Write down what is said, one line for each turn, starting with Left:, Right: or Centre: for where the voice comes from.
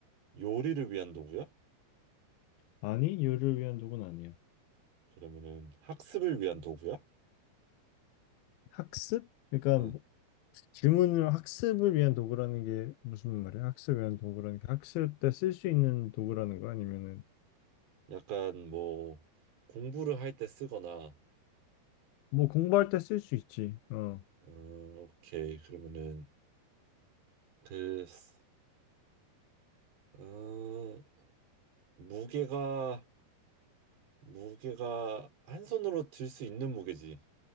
Right: 요리를 위한 도구야?
Left: 아니, 요를 위한 도구는 아니야.
Right: 그러면은 학습을 위한 도구야?
Left: 학습? 그러니까
Right: 응.
Left: 뭐 질문을 학습을 위한 도구라는 게 무슨 말이야? 학습을 위한 도구라는 게 학습 때 쓸 수 있는 도구라는 거 아니면은
Right: 약간 뭐 공부를 할 때 쓰거나,
Left: 뭐 공부할 때 쓸 수 있지. 어,
Right: 음, 오케이. 그러면은 그, 쓰- 음, 무게가 무게가 한 손으로 들 수 있는 무게지.